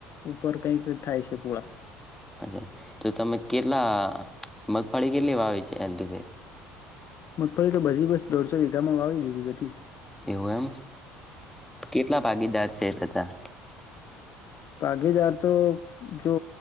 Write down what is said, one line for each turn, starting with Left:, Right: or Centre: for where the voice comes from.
Left: ઉપર કઈક થાય છે પૂઆ.
Centre: <unintelligible> તો તમે કેટલા મગફળી કેટલી વાવી છે એલ્ડબે
Left: મગફળી તો બછી બસ દોઢસો વીઘામાં વાવી લીધેલી
Centre: એવું એમ કેટલા ભાગીદાર છે થતા.
Left: ભાગીદાર તો જો